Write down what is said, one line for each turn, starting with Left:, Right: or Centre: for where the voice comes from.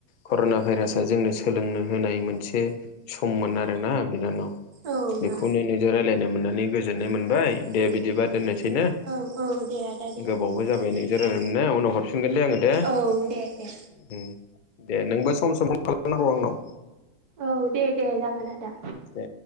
Left: कर'ना भाइरासाआ जोंनो सोलोंनो होनाय मोनसे मोन आरोसमोन बिनानाव
Right: औ
Left: बेखौनो
Right: मा
Left: नोंजों रायलायनो मोननानै गोजोननाय मोनबाय
Right: उम
Left: दे
Right: उम
Left: बिदिबा
Right: उम
Left: दोननोसैनो
Right: औ औ दे आदा दे
Left: गोबावबो जाबाय नोंजों रायनाय
Right: औ
Left: उनाव हरफिनगोन। मोनगोन दे आङो दे
Right: औ दे दे
Left: उम दे नोंबो सम सम खालामनांगौ आंनाव।
Right: औव दे दे जागोन आदा।
Left: दे